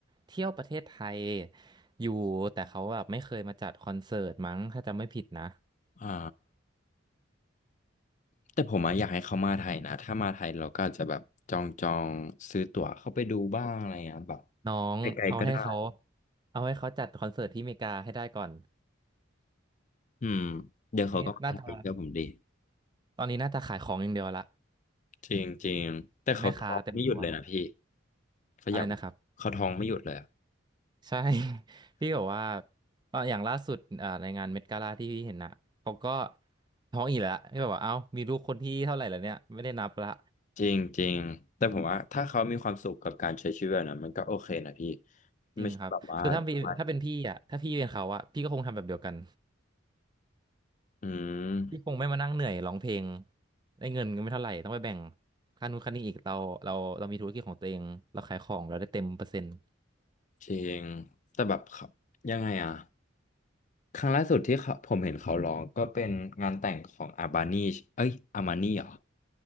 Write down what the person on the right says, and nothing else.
เที่ยวประเทศไทยอยู่แต่เขาแบบไม่เคยมาจัดคอนเสิร์ตมั้งถ้าจำไม่ผิดนะ
น้องเอาให้เขา
เอาให้เขาจัดคอนเสิร์ตที่อเมริกาให้ได้ก่อน
นี่น่าจะตอนนี้น่าจะขายของอย่างเดียวละ
เป็นแม่ค้าเต็มตัว
อะไรนะครับ
ใช่ <laughs> พี่บอกว่าตอนอย่างล่าสุดอ่าในงานเมดกาลาที่พี่เห็นน่ะเขาก็ท้องอีกแล้วพี่บอกว่าเอ้ามีลูกคนที่เท่าไหร่แล้วเนี่ยไม่ได้นับละ
จริงครับคือถ้าพี่ถ้าเป็นพี่อ่ะถ้าพี่เป็นเขาอ่ะ
พี่ก็คงทำแบบเดียวกัน
พี่คงไม่มานั่งเหนื่อยร้องเพลง ได้เงินก็ไม่เท่าไหร่ ต้องไปแบ่งค่านู้นค่านี้อีก เรา เราเรามีธุรกิจของตัวเอง เราขายของเราได้เต็มเปอร์เซ็นต์